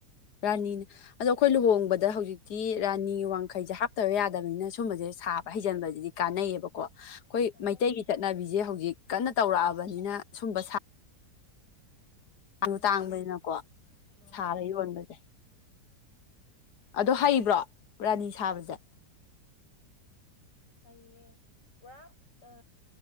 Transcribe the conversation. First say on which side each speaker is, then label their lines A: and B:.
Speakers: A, on the left (about 70°); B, on the left (about 85°).
A: ꯔꯅꯤꯅ ꯑꯗꯣ ꯑꯩꯈꯣꯏ ꯂꯨꯍꯣꯡꯕꯗ ꯍꯧꯖꯤꯛꯇꯤ ꯔꯥꯅꯤ ꯋꯥꯡꯈꯩꯁꯦ ꯍꯥꯞꯇꯕ ꯌꯥꯗꯕꯅꯤꯅ ꯁꯨꯝꯕꯁꯦ ꯁꯥꯕ ꯍꯩꯖꯟꯕꯗꯤ ꯀꯥꯟꯅꯩꯌꯦꯕꯀꯣ ꯑꯩꯈꯣꯏ
B: ꯀꯥꯟꯅꯩ
A: ꯃꯩꯇꯩꯒꯤ ꯆꯠꯅꯕꯤꯖꯦ ꯍꯧꯖꯤꯛ ꯀꯟꯅ ꯇꯧꯔꯛꯑꯕꯅꯤꯅ ꯁꯨꯝꯕ ꯁꯥ ꯇꯥꯡ
B: ꯎꯝ
A: ꯇꯥꯡꯕꯅꯤꯅ ꯀꯣ
B: ꯃꯥꯅꯦ
A: ꯁꯥꯔ ꯌꯣꯟꯕꯖꯦ ꯑꯗꯣ ꯍꯩꯕ꯭ꯔꯣ ꯔꯥꯅꯤ ꯁꯥꯕꯖꯦ
B: ꯍꯩꯌꯦ ꯄꯨꯔꯥ ꯑ